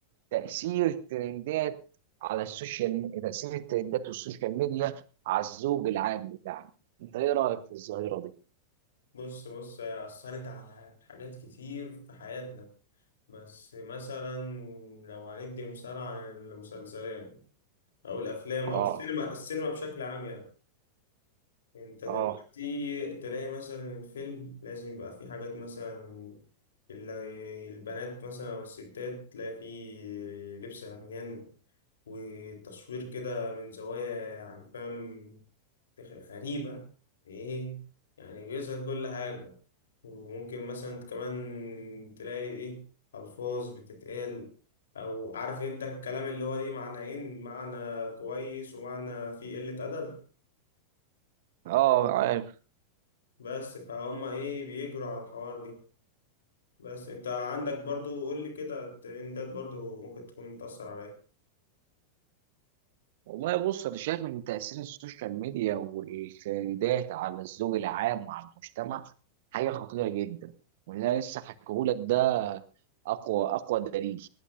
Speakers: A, on the right (about 50°); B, on the left (about 65°).
A: تاثير الترندات على السوشيال تاثير الترندات والسوشيال ميديا على الذوق العام بتاعنا انت ايه رايك في الظاهره دي؟
B: بص بص هي أثرت على حاجات كتير في حياتنا بس مثلا لو هندي مثال عن المسلسلات أو الأفلام
A: اه
B: أو السينما السينما بشكل عام يعني انت دلوقتي
A: اه
B: تلاقي مثلا الفيلم لازم يبقى فيه حاجات مثلا اللي- البنات مثلا او الستات تلاقي فيه لبس عريان وتصوير كده من زوايا يعني فاهم تخ- غريبة ايه يعني بيظهر كل حاجة وممكن مثلا كمان تلاقي ايه ألفاظ بتتقال أو عارف انت الكلام اللي هو ليه معنيين معنى كويس ومعنى فيه قلة أدب
A: اه عارف
B: بس فهم ايه بيجروا على الحوار دي بس انت عندك برضو قول لي كده الترندات برضو ممكن تكون بتأثر عليا
A: والله بص انا شايف ان تاثير السوشيال ميديا والترندات على الذوق العام وعلى المجتمع حاجه خطيره جدا واللي انا لسه حكيهولك ده اقوى اقوى دليل